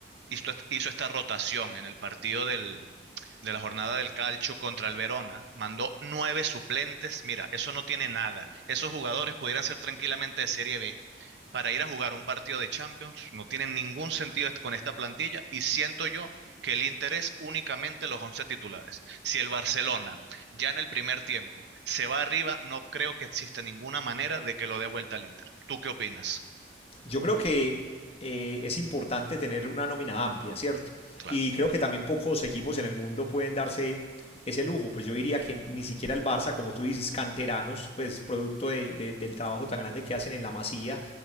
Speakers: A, on the right; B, on the left.
A: hizo, hizo esta rotación en el partido del, de la jornada del Calcio contra el Verona, mandó nueve suplentes. Mira, eso no tiene nada. Esos jugadores pudieran ser tranquilamente de Serie B para ir a jugar un partido de Champions. No tiene ningún sentido est- con esta plantilla y siento yo que el interés únicamente los 11 titulares. Si el Barcelona ya en el primer tiempo se va arriba, no creo que exista ninguna manera de que lo dé vuelta al Inter. ¿Tú qué opinas?
B: Yo creo que eh, es importante tener una nómina amplia, ¿cierto?
A: Claro.
B: Y creo que también pocos equipos en el mundo pueden darse ese lujo. Pues yo diría que ni siquiera el Barça, como tú dices, canteranos, pues producto de, de, del trabajo tan grande que hacen en la masía,